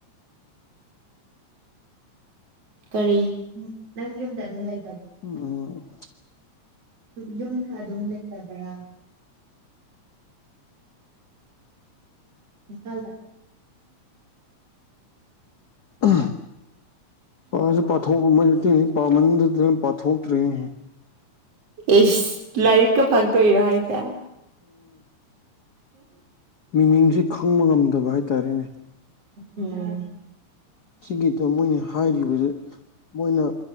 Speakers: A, on the right (about 55°); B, on the left (about 40°).
A: ꯀꯔꯤ ꯅꯪ ꯌꯨꯝꯗ ꯑꯗꯨꯝ ꯂꯩ
B: ꯑꯣ
A: ꯌꯨꯝꯗ ꯑꯗꯨꯝ ꯂꯩꯇꯕ꯭ꯔꯕ ꯍ
B: ꯑ ꯄꯥꯁ ꯄꯥꯊꯣꯛ ꯃ ꯄꯥꯃꯟꯗꯗ ꯄꯥꯊꯣꯛꯇ꯭ꯔꯦꯦ
A: ꯑꯦꯁ ꯂꯥꯏꯔꯤꯛꯀ ꯐꯪꯇꯣꯏꯏꯔꯣ ꯍꯥꯏꯁꯦ ꯎ
B: ꯃꯤꯅꯤꯡꯁꯤ ꯈꯪꯕ ꯉꯝꯗꯕ ꯍꯥꯏꯇꯥꯔꯦꯅꯦ
A: ꯎꯝ
B: ꯁꯤꯒꯤꯗ ꯃꯣꯏꯅ ꯍꯥꯏꯔꯤꯕꯁꯤ ꯃꯣꯏꯅ